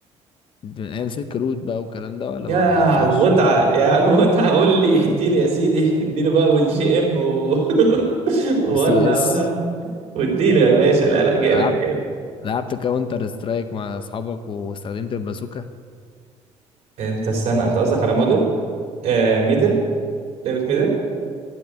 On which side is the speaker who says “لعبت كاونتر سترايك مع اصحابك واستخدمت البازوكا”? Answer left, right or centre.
Left